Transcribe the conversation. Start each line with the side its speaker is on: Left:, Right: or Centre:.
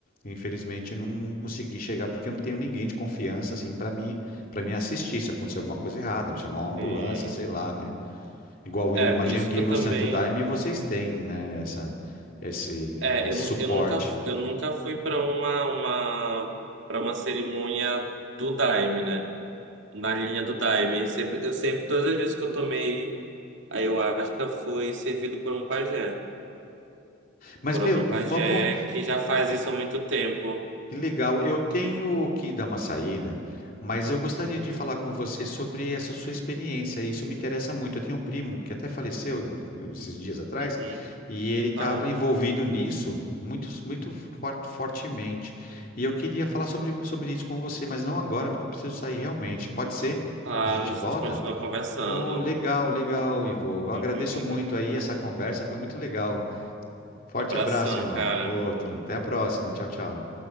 Left: infelizmente não consegui chegar porque eu não tenho ninguém de confiança assim para mim para me assistir se acontecer alguma coisa errada, me chamar uma ambulância,
Right: sim.
Left: sei lá, né? Igual
Right: É,
Left: eu imagino
Right: por isso
Left: que
Right: que eu
Left: no
Right: também.
Left: Santo Daime vocês têm, né? Essa esse,
Right: É,
Left: esse
Right: eu, nu-
Left: suporte.
Right: eu nunca, fu- eu nunca fui para uma, uma, para uma cerimônia do Daime, né? Na linha do Daime. Sempre, eu sempre, todas as vezes que eu tomei, aí eu acho que foi servido por um pajé.
Left: Mas,
Right: por
Left: meu,
Right: algum pajé
Left: vamos.
Right: que já faz isso há muito tempo.
Left: Que legal. Eu tenho que dar uma saída, mas eu gostaria de falar com você sobre essa sua experiência. Isso me interessa muito. Eu tenho um primo que até faleceu um- esses dias atrás
Right: Uhum,
Left: e ele estava
Right: claro,
Left: envolvido nisso muito, muito for- fortemente. E eu queria falar sobre, sobre isso com você, mas não agora, porque eu preciso sair realmente. Pode ser?
Right: claro,
Left: A gente
Right: a gente
Left: volta?
Right: continua conversando.
Left: Oh, legal, legal, Ivo. Eu agradeço
Right: <laughs>
Left: muito aí essa conversa, foi muito legal. Forte
Right: Abração,
Left: abraço, irmão.
Right: cara.
Left: Outro. Até a próxima. Tchau, tchau.